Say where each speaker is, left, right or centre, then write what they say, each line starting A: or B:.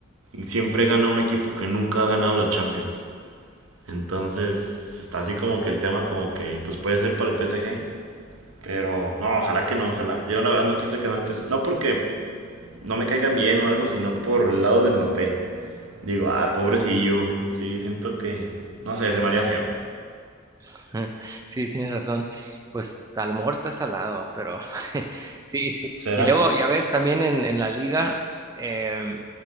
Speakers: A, on the right (about 80°); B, on the right (about 15°).
A: siempre gana un equipo que nunca ha ganado la Champions. Entonces está así como que el tema como que pues puede ser para el PSG. Pero no, ojalá que no, ojalá. Yo la verdad no quise ganar el PSG. No porque no me caigan bien o algo, sino por el lado de Mbappé. Digo, ah, pobrecillo. Sí, siento que... No sé, se me haría feo.
B: <laughs> Sí, tienes razón. Pues a lo mejor está salado, pero <laughs> sí, sí.
A: ¿Será?
B: Y luego, ya ves, también en, en la liga, em,